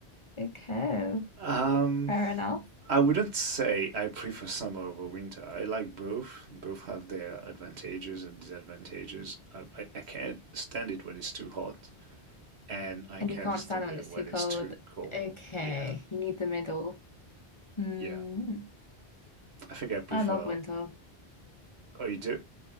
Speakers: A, on the left; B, on the right.
A: Okay.
B: Um,
A: Fair enough.
B: I wouldn't say I prefer summer over winter. I like both. Both have their advantages and disadvantages. I, I, I can't stand it when it's too hot, and I
A: And
B: can't
A: you can't
B: stand
A: stand it when
B: it
A: it's
B: when
A: too cold.
B: it's too cold.
A: Okay.
B: Yeah,
A: You need the middle. Mm.
B: yeah. I think I prefer.
A: I love winter.
B: Oh, you do?